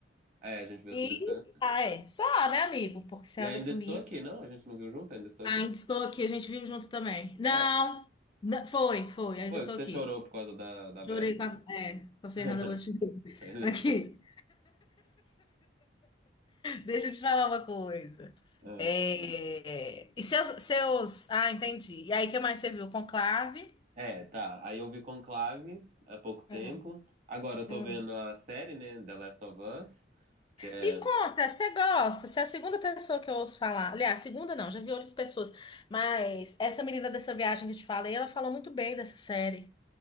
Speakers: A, on the right; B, on the left.
A: é, a gente viu
B: e.
A: a Substância.
B: Ah, é. Só, né, amigo? Porque você
A: E
B: anda
A: ainda
B: sumido.
A: estou aqui, não? A gente não viu junto, ainda estou
B: Ainda
A: aqui?
B: estou aqui, a gente viu junto também. Não,
A: É,
B: não, foi, foi, ainda
A: foi
B: estou
A: que você
B: aqui.
A: chorou por causa da, da velha.
B: Chorei com a, é, com a Fernanda
A: <laughs>
B: Montenegro.
A: <laughs> Assim.
B: <laughs> Aqui, deixa eu te falar uma coisa.
A: Ah,
B: É, E seus, seus. Ah, entendi. E aí, o que mais você viu? Conclave?
A: É, tá. Aí eu vi Conclave há pouco tempo.
B: Hum,
A: Agora eu tô
B: hum.
A: vendo a série, né? The Last of Us. Que é.
B: Me conta, você gosta? Você é a segunda pessoa que eu ouço falar. Aliás, segunda não, já vi outras pessoas. Mas essa menina dessa viagem que eu te falei, ela falou muito bem dessa série.